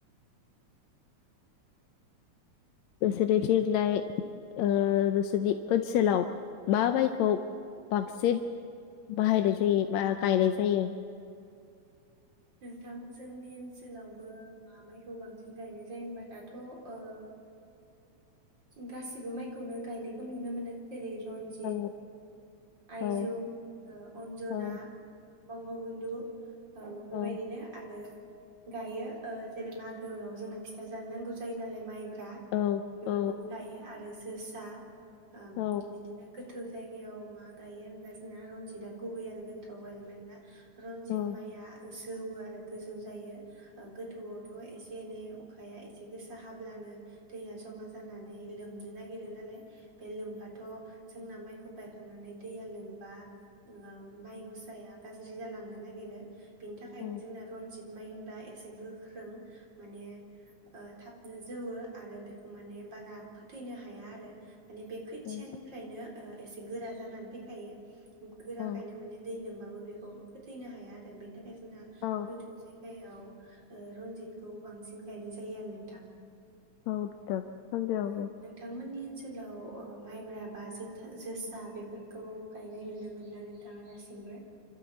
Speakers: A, on the left; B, on the right.
A: नोंसोरनिथिंलाय ओ नोंसोरनि ओनसोलाव मा
B: औ
A: मायखौ बांसिन बाहायनाय जायो बा गायनाय जायो?
B: नोंथां जोंनि ओनसोलावबो मा माइखौ बांसिन गायनाय जायो होनबा दाथ' ओह गासिबो माइखौनो गायनायखौ नुनो मोनो जेरै रन्जित
A: औ
B: आइजुम
A: औ
B: अन्जना
A: औ
B: बंग'बन्धू ओं बेबायदिनो
A: औ
B: आरो गायो ओ जेरै मागोआव जोंनो फिथा जानो नांगौ जायो नालाय माइब्रा ब्रा
A: औ
B: बेफोरखौबो
A: औ
B: गायो आरो जोसा आ
A: औ
B: बिदिनो गोथौ जायगायाव मा गायो होनब्ला जोंना रनजिता गुबै आरो गोथौआव गायनो मानोना रनजित
A: औ
B: माइआ गोजौ आरो गोजौ जायो एह गोथौआवथ' एसे एनै अखाया एसे गोसा हाब्लानो दैया जमा जानानै लोमनो नागिरो नालाय बे लोमबाथ' जोंना माइखौ गायखांनानै दैया लोमबा ओ माइ गसाया गाज्रि जालांनो नागिरो बेनि थाखायनो
A: औ
B: जोंना रन्जित माइ होनदा एसे गोख्रों माने ओ थाब जौवो आरो बे माने बारा थैनो हाया आरो माने बे खोथियानिफ्रायनो
A: औ
B: ओ एसे गोरा जानानै फैखायो गोराखायनो
A: औ
B: माने दै लोमबाब बेखौ फोथैनो हाया आरो बेनि थाखाय जोंना
A: औ
B: गोथौ जायगायाव ओ रनजितखौ बांसिन गायनाय जायो आरो नोंथां
A: <unintelligible>
B: उम नोंथांमोननि ओनसोलाव माइब्रा बा जोथा जोसा बेफोरखौ गायनाय नुनो मोनो ना नोंथाङा दासिमबो